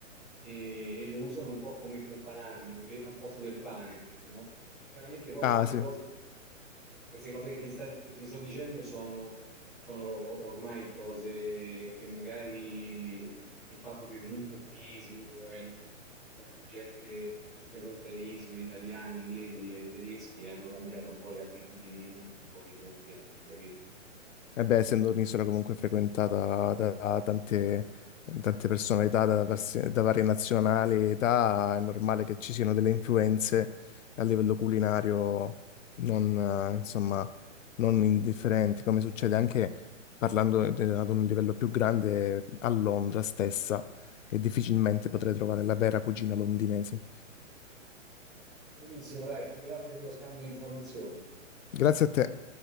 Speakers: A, in the centre; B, on the left.
A: e, e lo usano un po' come companatico inve- al posto del pane, no? Chiaramente poi
B: ah
A: tutte
B: sì,
A: cose, queste cose che ti, sta- che ti sto dicendo sono, sono ormai cose che magari il fatto che molto turismo e l- molta gente che frequenta le isole, italiani, inglesi e tedeschi, hanno cambiato un po' le abitudini, un po' di tutti anche, capito?
B: E beh, essendo un'isola comunque frequentata da, da tante, tante personalità da, pers- da varie nazionali e età, è normale che ci siano delle influenze a livello culinario non, eh, insomma, non indifferenti, come succede anche parlando de- ad un livello più grande a Londra stessa, che difficilmente potrei trovare la vera cucina londinese.
A: Benissimo, dai, grazie per lo scambio di informazioni.
B: Grazie a te.